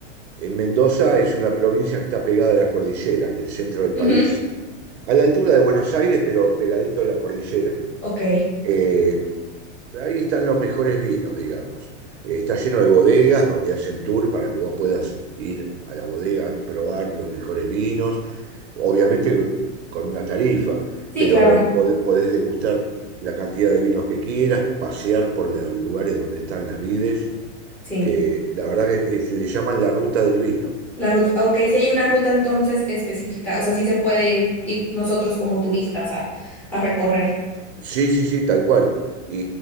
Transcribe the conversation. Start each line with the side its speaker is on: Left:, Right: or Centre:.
Right: Eh, Mendoza es una provincia que está pegada a la cordillera, en el centro del
Centre: Ujú,
Right: país, a la altura de Buenos Aires, pero pegadito a la cordillera.
Centre: Ok.
Right: Eh, ahí están los mejores vinos, digamos. Eh, está lleno de bodegas donde hacen tour para que vos puedas ir a la bodega, probar los mejores vinos, obviamente con una tarifa,
Centre: Sí,
Right: pero
Centre: claro.
Right: Sí. podés, podés degustar la cantidad de vinos que quieras, pasear por los lugares donde están las vides,
Centre: Sí.
Right: que la verdad que es- le llaman la ruta del vino.
Centre: La ruta, ok, si hay una ruta entonces específica, o sea, sí se puede ir nosotros como turistas a, a recorrer.
Right: Sí, sí, sí, tal cual. Y,